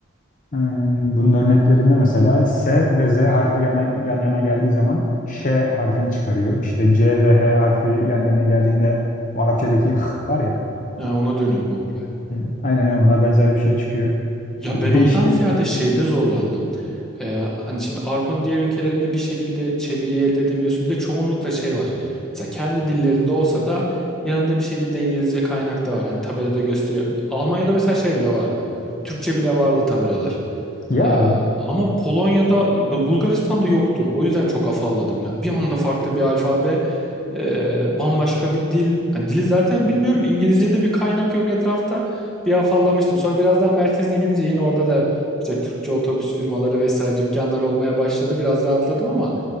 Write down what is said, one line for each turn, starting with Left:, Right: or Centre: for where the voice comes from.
Left: Ee, Bunun örneklerinde mesela S ve Z harfi yana, yan yana geldiği zaman Ş harfini çıkarıyor. İşte C ve H harfi yan yana geldiğinde bu Arapçadaki H var ya.
Centre: Ha, ona dönüyor komple.
Left: hı, Aynen öyle, ona benzer bir şey çıkıyor.
Centre: Ya
Left: Böyle
Centre: ben ondan
Left: değişik.
Centre: ziyade şeyde zorlandım. Ee, hani şimdi Avrupa'nın diğer ülkelerinde bir şekilde çeviriyi elde edebiliyorsun. Bir de çoğunlukla şey var. Mesela kendi dillerinde olsa da yanında bir şekilde İngilizce kaynak da var. Hani tabelada gösteriyor. Almanya'da mesela şey bile vardı. Türkçe bile vardı tabelalar.
Left: Ya.
Centre: Ee, ama Polonya'da, B- Bulgaristan'da yoktu. O yüzden çok afalladım. Yani bir anda farklı bir alfabe, e, bambaşka bir dil. Hani dili zaten bilmiyorum. İngilizce'de bir kaynak yok etrafta. Bir afallamıştım. Sonra biraz daha merkezine gidince yine orada da işte Türkçe otobüs firmaları vesaire dükkanlar olmaya başladı. Biraz rahatladım ama